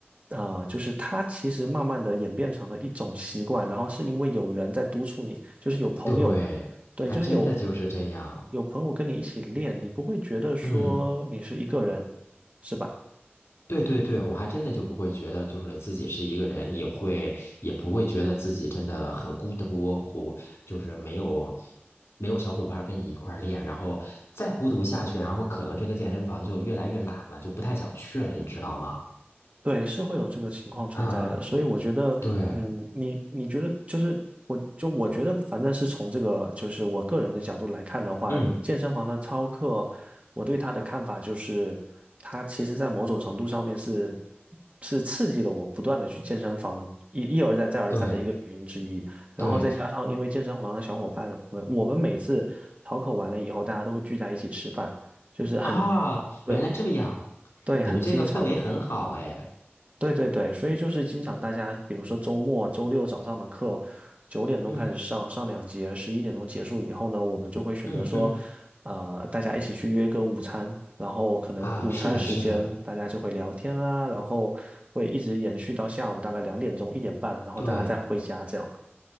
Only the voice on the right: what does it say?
啊，就是它其实慢慢的演变成了一种习惯，然后是因为有人在督促你，就是有朋友，
对，
就是有有朋友跟你一起练，你不会觉得说你是一个人，
是吧？
对，是会有这个情况存在的，
所以我觉得，
嗯，你你觉得就是我就我觉得，反正是从这个就是我个人的角度来看的话，
健身房的操课，我对他的看法就是，他其实在某种程度上面是是刺激了我不断的去健身房一一而再再而三的一个原因之一。
然后再加上因为健身房的小伙伴，
我们我们每次操课完了以后，大家都会聚在一起吃饭，就是很
对
对，
很经常。对对对，所以就是经常大家，比如说周末、周六早上的课，九点钟开始上，
上两节，十一点钟结束以后呢，我们就会选择说，
呃，大家一起去约个午餐，然后可能午餐时间大家就会聊天啦，
然后会一直延续到下午大概两点钟、一点半，然后大家再回家这样。